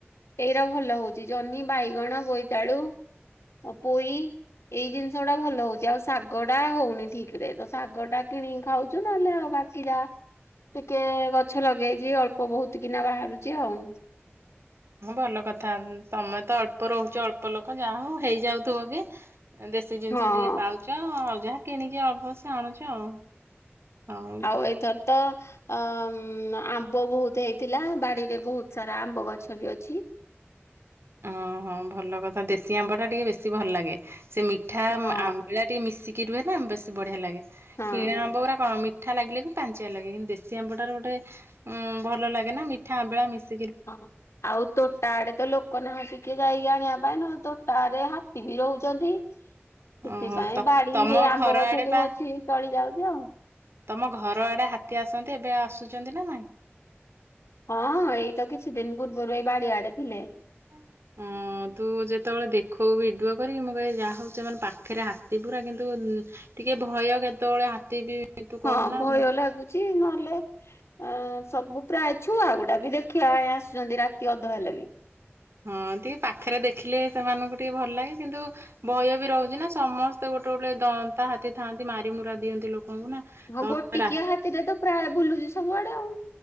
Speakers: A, on the left; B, on the right.
A: ଏଇରା ଭଲ ହଉଚି ଜହ୍ନି ବାଇଗଣ ବୋଇତାଳୁ ଅ ପୋଇ। ଏଇ ଜିନିଷ ଟା ଭଲ ହଉଚି ଆଉ ଶାଗ ଟା ହଉନି ଠିକ ରେ ତ ଶାଗ ଟା କିଣିକି ଖାଉଚୁ ନହେଲେ ଆଉ ବାକି କି ଯା ଟିକେ ଗଛ ଲଗେଇଛି ଅଳ୍ପ ବହୁତ କିନା ବାହାରୁଚି ଆଉ।
B: ହଁ ଭଲ କଥା ତମେ ତ ଅଳ୍ପ ରହୁଚ ଅଳ୍ପ ଲୋକ ଯା ହଉ ହେଇଯାଉଥୁବ ବି। ଦେଶୀ ଜିନିଷ
A: ହଁ
B: ଟିକେ ପାଉଚ ଆଉ ଯାହା କିଣିକି ଅବଶ୍ୟ ଆଣୁଚ ଆଉ ଆଉ
A: ଏଇଥର ତ ଆ ଉଁ ଆମ୍ବ ବହୁତ ହେଇଥିଲା ବାଡିରେ ବହୁତ ସାରା ଆମ୍ବ ଗଛ ବି ଅଛି।
B: ଓହୋ ଭଲ କଥା ଦେଶୀ ଆମ୍ବ ଟା ଟିକେ ବେଶୀ ଭଲ ଲାଗେ ସେ ମିଠା ଆମ୍
A: ହଁ
B: ଆମ୍ବିଳା ଟି ମିଶିକି କି ରୁହେ ନା ଉଁ ବେଶୀ ବଢ଼ିଆ ଲାଗେ
A: ହଁ।
B: କିଣା ଆମ୍ବ ଗୁରାକ ମିଠା ଲାଗିଲେ ବି ପାନିଚିଆ ଲାଗେ କିନ୍ତୁ ଦେଶୀ ଆମ୍ବଟାର ଗୋଟେ ଉଁ ଭଲ ଲାଗେ ନା ମିଠା ଆମ୍ବିଳା ମିଶା
A: ହଁ ଆଉ ତୋ ତାଡେ ତ ଲୋକ ନାହାନ୍ତି କିଏ ଯାଇକି ଆଣିବା ପାଇଁ ନହଲେ ତୋଟା ଆଡେ ହାତୀ ବି ରହୁଚନ୍ତି। ସେଥିପାଇଁ
B: ଓହୋ ତ
A: ବାଡିରେ
B: ତମ
A: ଆମ୍ବ
B: ଘର
A: ଗଛ
B: ଆଡେ
A: ଯଉ
B: ପା
A: ଅଛି ଚଳି ଯାଉଚି ଆଉ।
B: ତମ ଘର ଆଡେ ହାତୀ ଆସନ୍ତି ଏବେ ଆସୁଚନ୍ତି ନା ନାଇଁ?
A: ହଁ ଏଇ ତ କିଛି ଦିନ ପୂର୍ବରୁ ଏଇ ବାଡିଆଡେ ଥିଲେ।
B: ହଁ। ହଁ ତୁ ଯେତେବେଳେ ଦେଖଉ ଭିଡ଼ିଓ କରିକି ମୁଁ କହେ ଯାହା ହଉ ସେମାନେ ପାଖରେ ହାତୀ ପୁରା କିନ୍ତୁ ଟିକେ ଭୟ କେତେବେଳେ ହାତୀ ବି ତୁ କହୁନା
A: ହଁ ଭୟ
B: ମୁଁ
A: ଲାଗୁଚି ନହେଲେ ଆଁ ସବୁ ପ୍ରାୟ ଛୁଆ ଗୁଡ଼ା ବି ଦେଖି ଆଇ ଆସୁଚନ୍ତି ରାତି ଅଧ ହେଲେ ବି।
B: ହଁ ଟିକେ ପାଖରେ ଦେଖିଲେ ସେମାନଙ୍କୁ ଟିକେ ଭଲ ଲାଗେ। କିନ୍ତୁ ଭୟ ବି ରହୁଚି ନା ସମସ୍ତେ ଗୋଟେ ଗୋଟେ ଦନ୍ତା ହାତୀ ଥାନ୍ତି ମାରିମୁରା ଦିଅନ୍ତି ଲୋକଙ୍କୁ ନା।
A: ହଁ
B: ତ
A: ଗୋଟିକିଆ
B: ରା
A: ହାତୀ ଟେ ତ ପ୍ରାୟ ବୁଲୁଚି ସବୁଆଡେ ଆଉ।